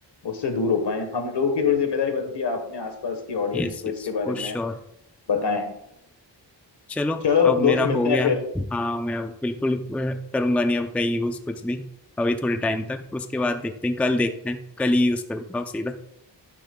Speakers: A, on the left; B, in the centre.
A: उससे दूर हो पाए हम लोगों की थोड़ी जिम्मेदारी बनती है अपने आसपास की ऑडियंस
B: यस
A: को
B: यस
A: इसके बारे
B: फॉर
A: में
B: श्योर
A: बताएं
B: चलो
A: चलो
B: अब
A: दोस्त
B: मेरा
A: मिलते
B: हो गया
A: हैं फिर
B: हाँ मैं अब बिल्कुल अ, करूंगा नहीं अब कहीं यूज कुछ भी अभी थोड़े टाइम तक उसके बाद देखते हैं कल देखते हैं कल ही यूज करूंगा सीधा